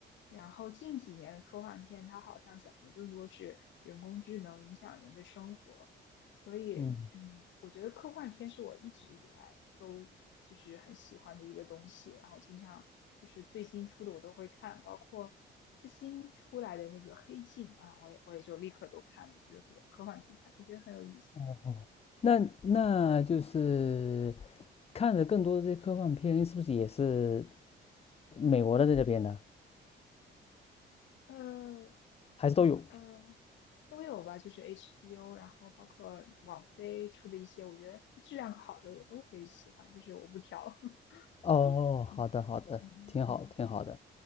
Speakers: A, on the left; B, on the left.
A: 然后近几年的科幻片，它好像讲的更多是人工智能影响人的生活，所以，
B: 嗯，
A: 嗯，我觉得科幻片是我一直以来都就是很喜欢的一个东西，然后经常就是最新出的我都会看，包括最新出来的那个《黑镜》啊，我也我也就立刻都看了，就是科科幻题材，我觉得很有意思。
B: 哦哦，那那就是看的更多的这些科幻片，是不是也是美国的在这边的，
A: 呃，
B: 还是都有？
A: 呃，都有吧，就是 HBO，然后包括网飞出的一些，我觉得就质量好的我都会喜欢，就是我不挑。<laughs>
B: 哦，
A: 嗯嗯，
B: 好的好的，挺好挺好的。